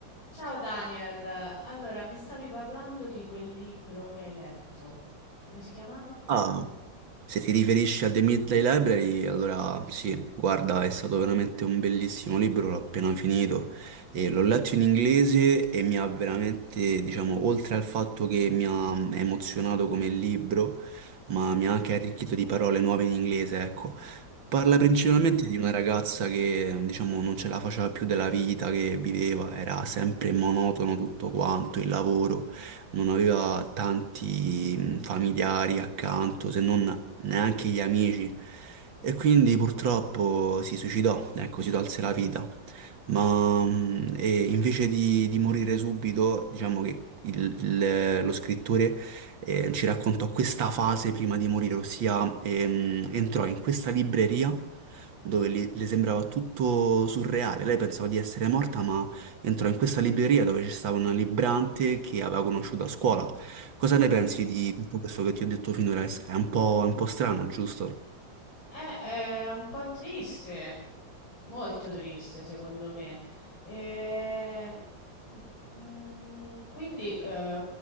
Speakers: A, on the left (about 85°); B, on the right (about 75°).
A: Ciao Daniel, allora mi stavi parlando di quel libro che hai letto. Come si chiamava?
B: Ah, se ti riferisci a The Midnight Library, allora sì, guarda, è stato veramente un bellissimo libro, l'ho appena finito e l'ho letto in inglese e mi ha veramente, diciamo, oltre al fatto che mi ha emozionato come libro, ma mi ha anche arricchito di parole nuove in inglese, ecco. Parla
A: Mhm.
B: principalmente di una ragazza che, diciamo, non ce la faceva più della vita che viveva, era sempre monotono tutto quanto, il lavoro non aveva tanti mm, familiari accanto se non neanche gli amici. E quindi purtroppo si suicidò, ecco, si tolse la vita. Ma mm, e invece di, di morire subito, diciamo che il- il- lo scrittore eh, ci raccontò questa fase prima di morire, ossia ehm, entrò in questa libreria dove li- le sembrava tutto surreale. Lei pensava di essere morta, ma entrò in questa libreria dove c'era una librante che aveva conosciuto a scuola. Cosa
A: Mm.
B: ne pensi di tutto questo che ti ho detto finora? È un po', è un po' strano, giusto?
A: Eh, è un po' triste, molto triste secondo me. Ehm, mm, quindi, eh,